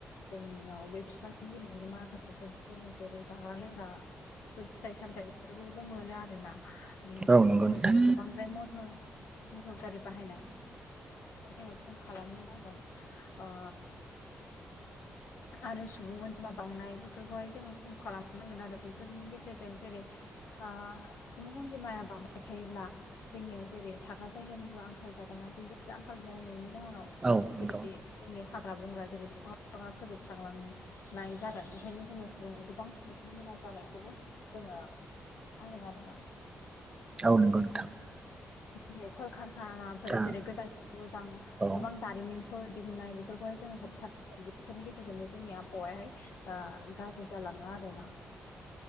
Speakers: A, on the left; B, on the right.
A: जोंनियाव बे बिफांनि गेजेरजों मा माखासेफोर जोङो जेरै जाग्रा लोंग्राफोर फिथाइ सामथायाइफोरखौबो मोनो आरोना बेनि अनगायैबो
B: औ नंगौ
A: जोङो
B: नोंथां
A: जेरै गोबांद्राय मथर गारि बाहायनाय जोङो खम खालामनो नांगोन ओ आरो सुबुं अनजिमा बांनाय बेफोरखौहाय जोङो खम खालामनांगोन आरो बेफोरनि गेजेरजों जेरै आ सुबुं अनजिमाया बांबाय थायोब्ला जोंनियाव जेरै थाग्रा जायगानिबो आंखाल जागोनना बेबायदि आंखाल जानायनि जाहोनाव
B: औ नंगौ
A: जेरै जोंनि हाग्रा बंग्रा जेरै बिफां लाइफाङा फोजोबस्रांलां नाय जागोन ओंखायनो जोङो सुबुं गोबां सुबुंखौ बेमार जानायखौबो जोङो आङोना नोंथां
B: औ नोंगौ नोंथां
A: दे खल खार नाफोर
B: दा
A: जेरै गोदान मोजां
B: औ
A: गोबां दारिमिनफोर दिहुननाय बेफोरखौहाय जों होबथानो बेफोरनि गेजेरजोंबो जोंनि आबहावायाहाय ओ गाज्रि जालाङो आरो